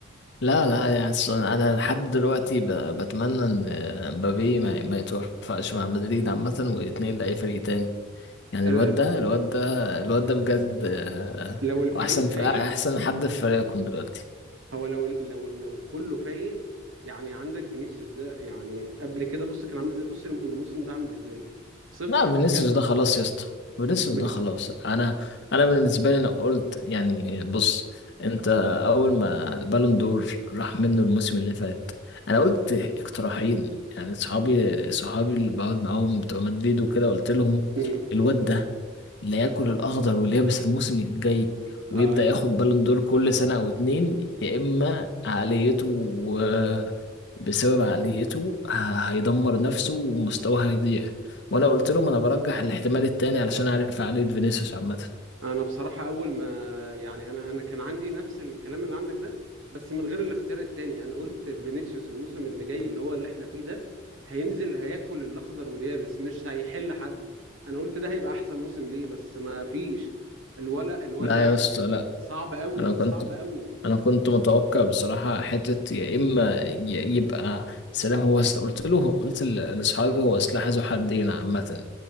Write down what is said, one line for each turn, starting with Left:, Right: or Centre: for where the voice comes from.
Left: لا لا يعني أصل انا لحد دلوقتي ب- بتمنى ان مبابي ما, ما يتوفقش مع مدريد عامة ويتنقل لاي فريق تاني يعني
Right: آه،
Left: الواد
Right: ال-
Left: ده الواد ده الواد ده بجد آه،
Right: لو الفريق
Left: واحسن
Right: فايق
Left: في احسن حد في فريقكم دلوقتي
Right: هو لو لو لو كله فايق يعني عندك فينيسيوس ده يعني قبل كده بص كان عامل ازاي بص الم- الموسم ده عامل ازاي صفر
Left: لا فينيسيوس
Right: بجد
Left: ده خلاص يا اسطى فينيسيوس
Right: بجد
Left: ده خلاص انا انا بالنسبه لي انا قلت يعني بص انت اول ما البالون دور راح منه الموسم اللي فات انا قلت اقتراحين يعني صحابي صحابي اللي بقعد معاهم بتوع مدريد وكده قلت لهم
Right: مم.
Left: الواد ده لا ياكل الاخضر واليابس الموسم الجاي ويبدا
Right: اه يعني
Left: ياخد بالون دور كل سنه او اتنين يا اما عقليته و- بسبب عقليته ه- هيدمر نفسه ومستواه هيضيع وانا قلت لهم انا برجح الاحتمال التاني علشان اعرف عقليه فينيسيوس عامه
Right: انا بصراحه اول ما يعني انا انا كان عندي نفس الكلام اللي عندك ده بس من غير الاختيار التاني انا قلت فينيسيوس الموسم اللي جاي اللي هو اللي احنا فيه ده هينزل هياكل الاخضر واليابس مش هيحل حد انا قلت ده هيبقى احسن موسم ليه بس ما فيش الولا الولا
Left: لا
Right: يعني
Left: يا اسطى لا
Right: صعب قوي
Left: انا كنت
Right: صعب قوي
Left: انا كنت متوقع بصراحه حته يا اما ي- يبقى سلاح هو أسلحة- قلت له قلت ل- لاصحابي هو سلاح ذو حدين عامه